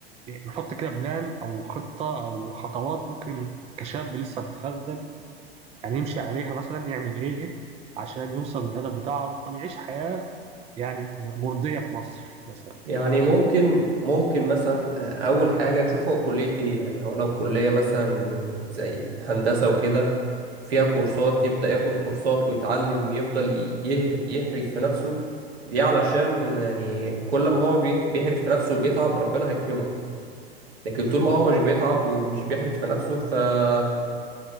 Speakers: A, on the right; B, on the right.
A: يعني نحط كده بلان او خطة او خطوات ممكن كشاب لسه متخرج يعني يمشي عليها مثلا يعمل ايه عشان يوصل للهدف بتاعه او يعيش حياة يعني مرضية في مصر مثلا
B: يعني ممكن ممكن مثلا اول حاجه اشوف هو كليه ايه يعني هو لو كليه مثلا زي هندسه وكده فيها كورسات يبدا ياخد كورسات ويتعلم يفضل ي- يهر- يحرف في نفسه دي علشان يعني كل ما هو بيك- بيحرف في نفسه وبيتعب ربنا هيكرمه لكن طول ما هو مش بيتعب ومش بيحرف في نفسه ف آه،